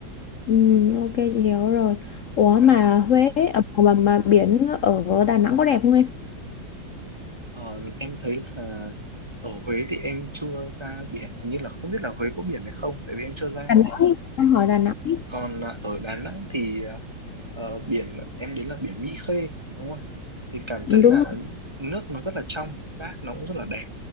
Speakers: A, on the left; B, on the right.
A: ừ, ok chị hiểu rồi. Ủa
B: Dạ.
A: mà Huế ờ, mà mà biển ở Đà Nẵng có đẹp không em?
B: Ờ, em thấy là ở Huế thì em chưa ra biển hình như là không biết là Huế có biển hay không tại vì em chưa ra
A: Đà Nẵng, ý, em hỏi Đà Nẵng. ý.
B: còn à, ở Đà Nẵng thì à, ờ, biển em đến là biển Mỹ Khê đúng không thì cảm
A: Ừ,
B: thấy
A: đúng
B: là
A: rồi.
B: nước nó rất là trong cát nó cũng rất là đẹp